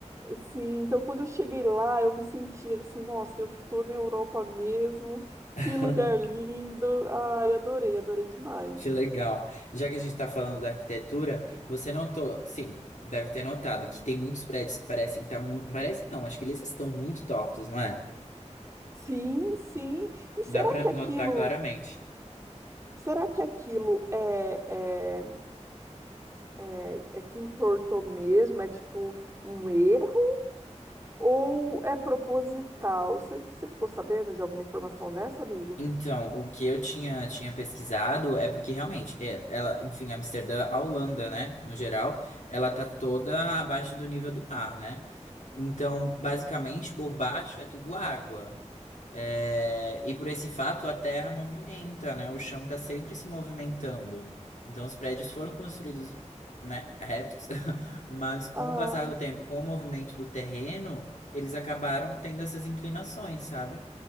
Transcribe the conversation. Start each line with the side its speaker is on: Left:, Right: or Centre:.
Right: sim, então quando eu cheguei lá, eu me senti assim, nossa, eu tô na Europa mesmo.
Left: <laughs>
Right: Que lugar lindo. Ai, adorei, adorei demais.
Left: Que legal. Já que a gente está falando da arquitetura, você notou, sim, deve ter notado que tem muitos prédios que parecem estar muito. Parece não, acho que eles estão muito tortos, não é?
Right: Sim, sim. E
Left: Dá
Right: será
Left: para
Right: que aquilo,
Left: notar claramente.
Right: será que aquilo é É, é que entortou mesmo, é tipo um erro ou é proposital? Você você ficou sabendo de alguma informação dessa, amigo?
Left: Então, o que eu tinha, tinha pesquisado é porque realmente, é, ela, enfim, Amsterdã, a Holanda, né, no geral, ela tá toda abaixo do nível do mar, né? Então, basicamente, por baixo é tudo água. É, e por esse fato, a terra movimenta, né? O chão tá sempre se movimentando. Então, os prédios foram construídos, né, retos, <laughs> mas com
Right: Ah,
Left: o passar do tempo, com o movimento do terreno, eles acabaram tendo essas inclinações, sabe?